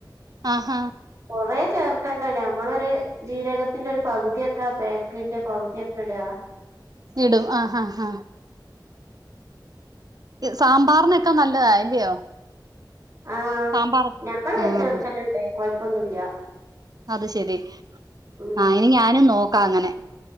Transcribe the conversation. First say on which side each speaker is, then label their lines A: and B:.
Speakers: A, on the right; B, on the right.
A: ആ ഹ
B: കുറേ ചേർക്കണ്ടല്ലേ നമ്മളൊരു ജീരകത്തിന്റെ ഒരു പകുതിയൊക്കെ പേക്കിന്റെ പകുതിയൊക്കെ ഇട്കാ
A: ഇടും ആഹ് ആഹ് ഇത് സാമ്പാറിനൊക്കെ നല്ലതാ അല്ലയോ
B: ആ
A: സാമ്പാറൊക്കെ
B: ഞമ്മള്
A: ആഹ്
B: ചേർക്കല്ണ്ട് കൊഴപ്പൊന്നുല്ല
A: അത് ശെരി
B: ഉം
A: ആ ഇനി ഞാനും നോ ക്ക അങ്ങനെ